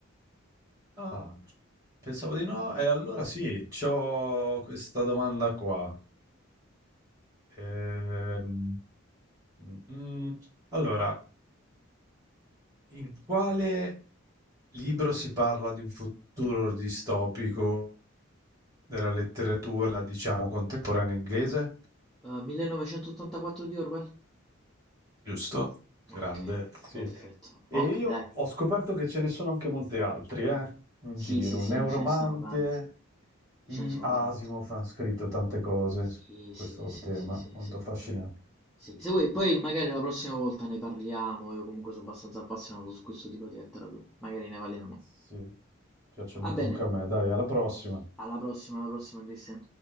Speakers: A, on the right; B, in the centre.
A: Ah, pensavo di no, e allora sì, c'ho questa domanda qua. Ehm, mm, mm. allora, in quale libro si parla di un futuro distopico della letteratura, diciamo, contemporanea inglese,
B: Uhm, 1984 di Orwell?
A: giusto? Grande.
B: Okay,
A: Sì.
B: perfetto. Okay,
A: E io
B: dai.
A: ho scoperto che ce ne sono anche molti altri, eh, in
B: Sì,
A: giro.
B: sì, sì,
A: Neuromante,
B: no, ce ne stanno tanti. Ce
A: I
B: ne sono
A: Asimov
B: tanti.
A: ha scritto tante cose
B: Sì,
A: su
B: sì,
A: questo
B: sì,
A: tema,
B: sì, sì,
A: molto
B: sì.
A: affascinante.
B: Sì, se vuoi poi magari la prossima volta ne parliamo, io comunque sono abbastanza appassionato su questo tipo di letteratura. Magari ne parliamo.
A: Sì, piace molto
B: Va bene,
A: anche a me. Dai, alla prossima.
B: alla prossima, alla prossima, Christian.